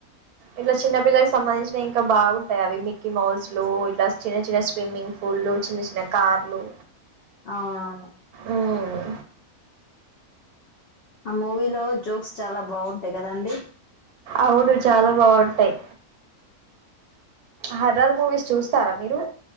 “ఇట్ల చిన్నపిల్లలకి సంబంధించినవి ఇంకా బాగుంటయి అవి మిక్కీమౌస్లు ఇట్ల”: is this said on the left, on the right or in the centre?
Right